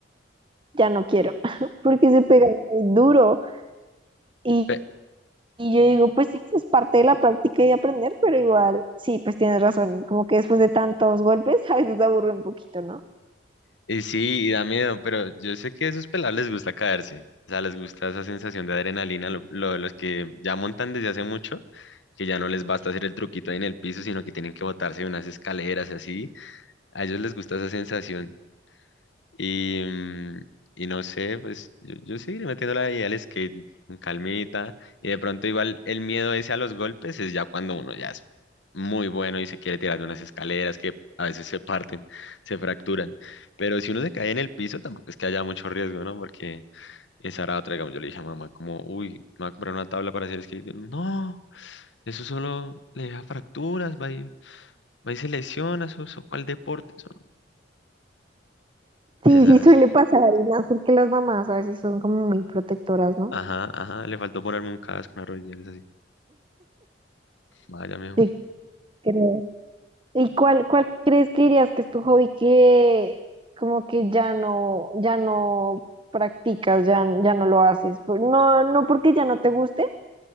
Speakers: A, on the right (about 25°); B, on the left (about 70°).
A: ya no quiero, <laughs> porque se pegan muy duro. Y,
B: <laughs>
A: y yo digo, pues sí, eso es parte de la práctica y de aprender, pero igual, sí, pues tienes razón, como que después de tantos golpes <laughs> a veces aburre un poquito, ¿no?
B: Y sí, y da miedo, pero yo sé que a esos pelados les gusta caerse. O sea, les gusta esa sensación de adrenalina, lo, lo de los que ya montan desde hace mucho, que ya no les basta hacer el truquito ahí en el piso, sino que tienen que botarse de unas escaleras y así. A ellos les gusta esa sensación. Y, mm, y no sé, pues yo, yo seguiré metiéndola ahí al skate con calmita. Y de pronto igual el miedo ese a los golpes es ya cuando uno ya es muy bueno y se quiere tirar de unas escaleras que a veces se parten, <laughs> se fracturan. Pero si uno se cae en el piso, tampoco es que haya mucho riesgo, ¿no? Porque esa era otra, digamos, yo le dije a mamá como, uy, me voy a comprar una tabla para hacer skate. Y yo, no, eso solo le deja fracturas, va y, va y se lesiona, eso, eso, ¿cuál deporte? Eso, no".
A: Sí,
B: Esa
A: sí suele
B: es
A: pasar, y más porque las mamás a veces son como muy protectoras, ¿no?
B: Ajá, ajá, le faltó ponerme un casco, una rodillera, es así. Vaya, mijo.
A: Sí. Pero, ¿y cuál, cuál crees que dirías que es tu hobby que como que ya no, ya no practicas, ya, ya no lo haces? Por- No, no porque ya no te guste,